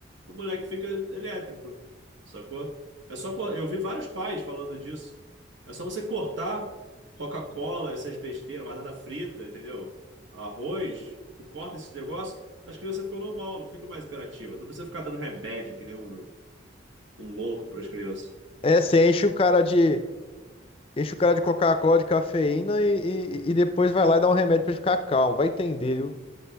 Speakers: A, on the right (about 85°); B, on the left (about 30°).
A: o moleque fica elétrico, sacou? É só, co- eu vi vários pais falando disso. É só você cortar Coca-Cola, essas besteiras, batata frita, entendeu? Arroz, tu corta esse negócio, as crianças ficam normal, não ficam mais hiperativas. Tu não precisa ficar dando remédio que nem um, um louco para as crianças.
B: É, você enche o cara de, enche o cara de Coca-Cola, de cafeína e, e, e depois vai lá e dá um remédio pra ele ficar calmo. Vai entender, viu?